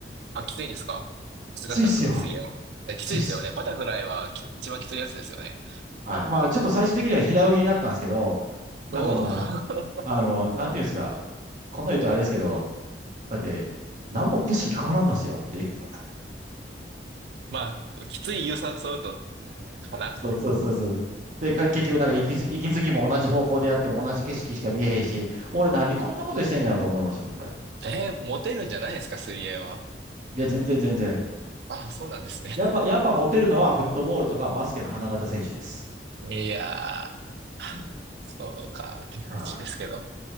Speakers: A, on the right; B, on the right.
A: あ、きついんですかきつかったんですか水泳は。
B: きついっすよ。
A: え、
B: きついっす。
A: きついですよね。バタフライはき一番きついやつですよね。
B: はい。まあ、ちょっと最終的には平泳ぎになったんですけど、なんかもう、
A: おお。<laughs>
B: あの、なんていうんですか、こんな言うとあれですけど、だって、何も景色変わらんのですよっていう。
A: まあ、きつい有酸素運動、うーん、かな。
B: そうそうそうそうそう。で、か結局なんか息継ぎ、息継ぎも同じ方向でやっても同じ景色しか見えへんし、俺なんでこんなことしてんやろと思いましたもん、一回。
A: えーモテるんじゃないですか、水泳は。
B: いや、全然全然。
A: あ、そうなんですね。
B: やっぱ、やっぱモテるのはフットボールとかバスケの花形選手です。
A: <laughs> いやー、
B: うん。は
A: そうか、って感じですけど。
B: い。は